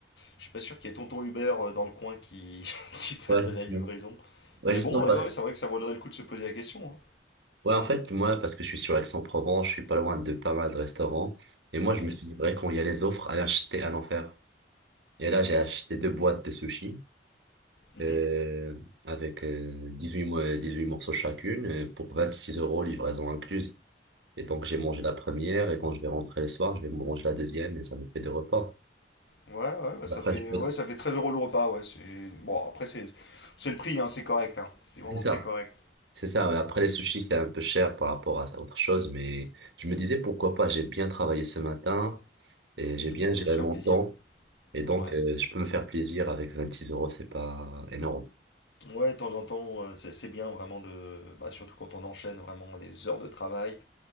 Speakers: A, on the left (about 75°); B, on the right (about 85°).
A: je suis pas sûr qu'il y ait tonton Hubert euh, dans le coin qui, <laughs> qui fasse
B: Ouais,
A: de
B: justement.
A: la livraison.
B: Ouais,
A: Mais
B: justement,
A: bon,
B: parce-
A: euh, ouais, c'est vrai que ça vaudrait le coup de se poser la question, hein.
B: ouais, en fait, moi, parce que je suis sur Aix-en-Provence, je suis pas loin de pas mal de restaurants. Et moi, je
A: Mhm,
B: me suis livré quand il y a les offres, à acheter à l'enfer. Et là, j'ai acheté deux boîtes de sushis
A: mhm.
B: euh, avec euh, 18, mo- 18 morceaux chacune euh, pour 26 euros, livraison incluse. Et donc, j'ai mangé la première et quand je vais rentrer le soir, je vais manger la deuxième et ça me fait deux repas.
A: Ouais, ouais, bah, ça
B: Après,
A: fait,
B: je peux...
A: ouais, ça fait 13 euros le repas. Ouais, c'est... Bon, après, c'est, c'est le prix, hein, c'est correct. hein. C'est vraiment
B: C'est ça.
A: très correct.
B: C'est ça, ouais. Après les sushis, c'est un peu cher par rapport à à autre chose, mais je me disais pourquoi pas, j'ai bien travaillé ce matin et j'ai bien
A: Bah,
B: géré
A: faut se faire
B: mon
A: plaisir.
B: temps et donc
A: Ouais.
B: euh, je peux me faire plaisir avec 26 euros, c'est pas énorme.
A: Ouais, de temps en temps, euh, c'est, c'est bien vraiment de. bah, surtout quand on enchaîne vraiment des heures de travail.